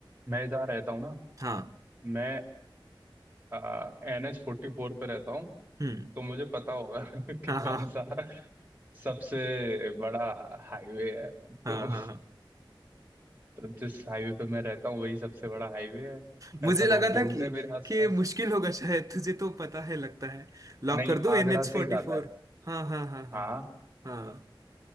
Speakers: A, on the right (about 20°); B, on the right (about 40°).
A: मैं जहाँ रहता हूँ ना
B: हाँ
A: मैं एन एच फोर्टी फोर पे रहता हूँ
B: हम्म
A: तो मुझे पता होगा <laughs> कि
B: हाँ
A: कौन
B: हाँ
A: सा सबसे बड़ा हाईवे है
B: हाँ
A: तो,
B: हाँ हाँ
A: तो जिस हाईवे पे मैं रहता हूँ वही सबसे बड़ा हाईवे है
B: मुझे
A: ऐसा लोग
B: लगा
A: बोलते
B: था कि
A: हैं मेरे आसपास
B: कि ये मुश्किल होगा शायद तुझे तो पता है लगता है लॉक
A: नहीं
B: कर दो
A: आगरा
B: एन एच फोर्टी
A: से ही जाता
B: फोर
A: है
B: हाँ हाँ हाँ हाँ
A: हाँ
B: हाँ